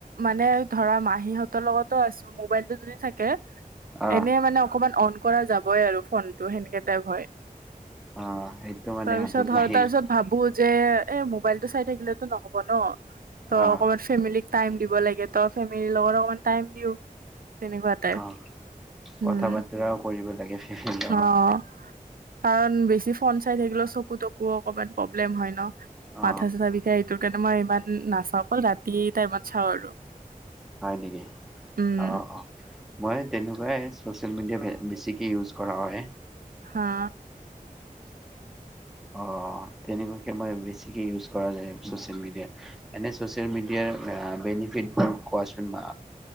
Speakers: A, on the right (about 75°); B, in the centre.
A: মানে ধৰা মাহিহঁতৰ লগতো আছো মোবাইলতটো যদি থাকে
B: অ
A: এনেই মানে অকমান অন কৰা যাবই আৰু ফোন টো সেনেকে টাইপ হয়।
B: অ এইটোমানে
A: তাৰপিছত
B: আদত
A: হয়
B: আহিল
A: তাৰপিছত ভাবো যে এ মোবাইল টো চাই থাকিলেতো নহ'ব ন। ত
B: অ
A: অকনমান ফেমেলি টাইম দিব লাগে তই ফেমিলিৰ লগত অকমান টাইম দিও। তেনেকুৱা টাইপ
B: অ
A: উম,
B: কথা বাৰ্তৰাও কৰিব লাগে। <unintelligible>
A: অ', কাৰণ বেছি ফন চাই থাকিলেও চকু তকু অকমান, প্ৰবলেম হয় ন
B: অ
A: মাথা চাথা বিষায় এইটোৰ কাৰণে মই ইমান নাচাওঁ ক'ল ৰাতি টাইমত। ছাও আৰু
B: হয় নেকি
A: উম,
B: অ অ, মই তেনেকুৱাই চচিয়েল মিডিয়া বেছিকে ইউজ কৰা হয়।
A: হা।
B: অ' তেনেকুৱাকে মই বেছিক ইউজ কৰা যায় চ'চিয়েল মিডিয়াৰ বেনিফিট কোৱাচোন বা